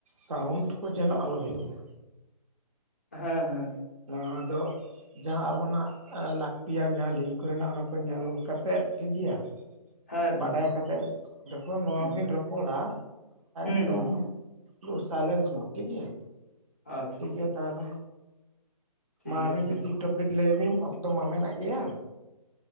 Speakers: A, on the right; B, on the left.
A: ᱥᱟᱣᱩᱱᱰ ᱠᱚ ᱡᱮᱱᱚ ᱟᱞᱚ ᱦᱩᱭᱩᱜ ᱢᱟ᱾
B: ᱦᱮᱸ ᱦᱮᱸ
A: ᱱᱚᱣᱟ ᱫᱚ ᱡᱟᱦᱟᱸ ᱟᱵᱚᱱᱟᱜ ᱞᱟᱹᱠᱛᱤᱭᱟᱱ ᱡᱟᱦᱟᱸ ᱞᱤᱝᱠ ᱠᱚ ᱦᱮᱱᱟᱜ ᱚᱱᱟᱠᱚ ᱧᱮᱞ ᱠᱟᱛᱮᱫ ᱴᱷᱤᱠ ᱜᱮᱭᱟ᱾
B: <inaudible>
A: ᱵᱟᱰᱟᱭ
B: ᱜᱚᱝᱠᱮ
A: ᱠᱟᱛᱮᱫ ᱡᱚᱠᱷᱚᱱ ᱱᱚᱣᱟ
B: ᱦᱩᱸ
A: ᱵᱤᱱ ᱨᱚᱯᱚᱲᱟ ᱮᱠᱫᱚᱢ
B: ᱦᱩᱸ ᱦᱩᱸ
A: ᱞᱩ ᱥᱟᱭᱞᱮᱥ ᱢᱩᱰ ᱴᱷᱤᱠᱜᱮᱭᱟ
B: ᱟᱪᱪᱷᱟ
A: ᱴᱷᱤᱠᱜᱮᱭᱟ ᱛᱟᱦᱞᱮ᱾
B: ᱴᱷᱤᱠ
A: ᱢᱟ
B: ᱜᱮᱭᱟ
A: ᱟᱹᱵᱤᱱ
B: ᱜᱚᱝᱠᱮ
A: ᱢᱤᱫᱴᱤᱱ ᱴᱚᱯᱤᱠ ᱞᱟᱹᱭ ᱵᱤᱱ ᱚᱠᱛᱚ ᱢᱟ ᱢᱮᱱᱟᱜ ᱜᱮᱭᱟ᱾